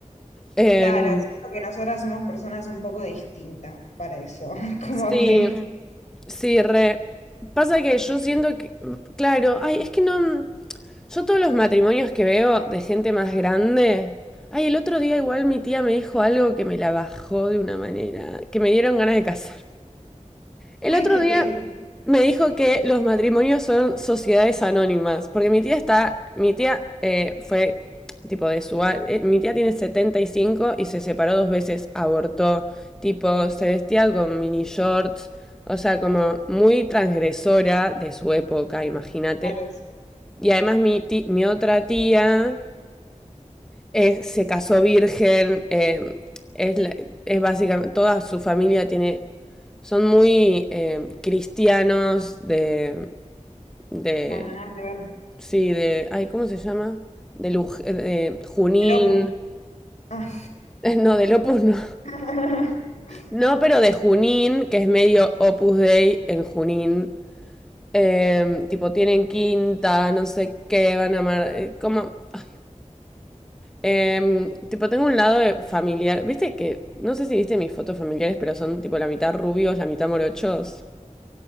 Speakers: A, in the centre; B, on the left (about 70°).
A: Em,
B: Claro, siento que nosotras somos personas un poco distintas para eso, <laughs> como
A: sí,
B: que
A: sí, re. Pasa que yo siento que, claro, ay, es que no, yo todos los matrimonios que veo de gente más grande, ay, el otro día igual mi tía me dijo algo que me la bajó de una manera, que me dieron ganas de casar. El
B: hay
A: otro
B: que
A: día
B: te
A: me dijo que los matrimonios son sociedades anónimas, porque mi tía está, mi tía eh, fue tipo de su, a- eh, mi tía tiene 75 y cinco y se separó dos veces, abortó, tipo se vestía con mini shorts, o sea, como muy transgresora de su época, imagínate.
B: claro,
A: Y además mi, ti- mi otra tía es- se casó virgen, eh, es, es básicamente, toda su familia tiene, son muy eh, cristianos de, de,
B: claro, nada que ver.
A: sí, de, ay, ¿cómo se llama? De, Luj- eh, de Junín,
B: El Opus. Ah.
A: <laughs> no, del Opus no,
B: <laughs>
A: no, pero de Junín, que es medio Opus Dei en Junín. Eh, tipo, tienen quinta, no sé qué, van a amar. eh, como. Ay, Em, tipo, tengo un lado de familiar. Viste que, no sé si viste mis fotos familiares, pero son tipo la mitad rubios, la mitad morochos.